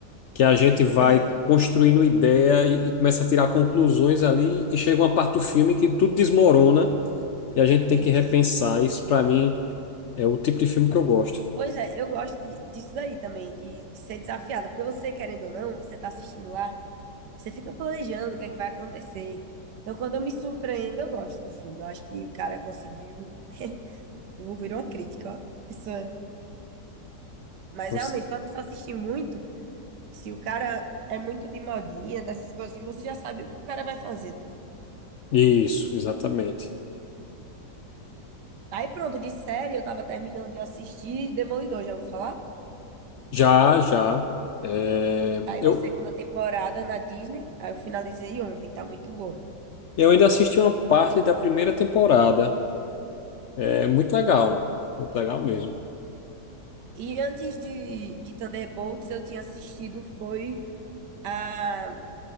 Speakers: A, on the left; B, on the right.
A: Que a gente vai
B: Aham,
A: construindo ideia e, e começa a tirar conclusões ali e chega uma parte do filme que tudo desmorona e a gente tem
B: é
A: que
B: isso.
A: repensar. Isso pra mim é o tipo de filme que eu gosto.
B: Pois é, eu gosto de- disso daí também, de, de ser desafiada, porque você, querendo ou não, você tá assistindo lá. Você fica planejando o que é que vai acontecer. Então, quando eu me surpreendo, eu gosto do filme. Eu acho que o cara conseguiu. Eu ouvi uma crítica, ó. Pessoa... Mas
A: <laughs>
B: realmente, quando a pessoa assiste muito, se o cara é muito de modinha, dessas coisas assim, você já sabe o que o cara vai fazer, né?
A: Isso, exatamente.
B: Aí pronto, de série, eu tava terminando de assistir Demolidor, já vou falar?
A: Já, já. É,
B: Saiu
A: eu,
B: a segunda temporada na Disney, aí eu finalizei ontem, tá muito boa.
A: eu ainda assisti uma parte da primeira temporada. É muito legal. Muito legal mesmo.
B: E antes de, de Thunderbolts, eu tinha assistido foi a